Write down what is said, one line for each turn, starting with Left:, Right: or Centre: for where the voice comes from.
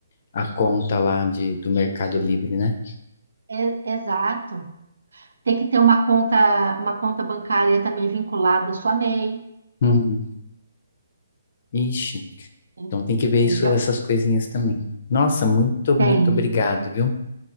Left: a conta lá de, do Mercado Livre, né?
Right: É, exato. Tem que ter uma conta, uma conta bancária também vinculada à sua MEI,
Left: Uhum. Ixi,
Right: en-
Left: então tem que ver
Right: entendeu?
Left: isso, essas coisinhas também. Nossa, muito, muito
Right: Tem,
Left: obrigado, viu?